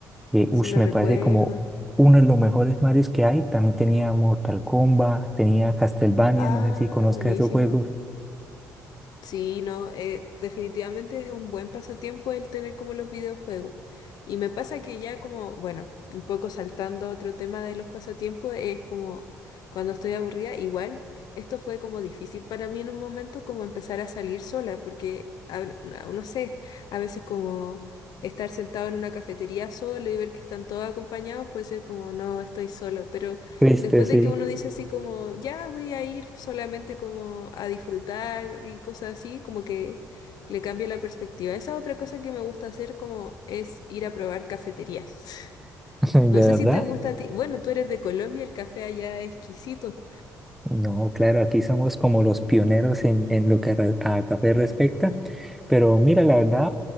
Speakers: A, in the centre; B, on the left.
A: que
B: sí
A: ush,
B: lo
A: me
B: recuerdo.
A: parece como uno de los mejores Marios que hay. También tenía Mortal Kombat, tenía Castlevania,
B: Ah,
A: no sé si conozcas
B: buenísimo.
A: esos juegos.
B: Sí, no, eh, definitivamente es un buen pasatiempo el tener como los videojuegos. Y me pasa que ya como, bueno, un poco saltando a otro tema de los pasatiempos, es como cuando estoy aburrida, igual esto fue como difícil para mí en un momento como empezar a salir sola, porque a- no no sé, a veces como estar sentado en una cafetería solo y ver que están todos acompañados puede ser como, no, estoy solo, pero...
A: Triste,
B: Después
A: sí,
B: de que uno dice así como, ya voy a ir solamente como a disfrutar y cosas así, como que le cambia la perspectiva. Esa otra cosa que me gusta hacer como es ir a probar cafeterías. <laughs>
A: <laughs> de
B: No sé
A: verdad.
B: si te gusta a ti. Bueno, tú eres de Colombia, el café allá es exquisito.
A: No, claro, aquí somos como los pioneros en, en lo que re- a café respecta, pero mira, la verdad,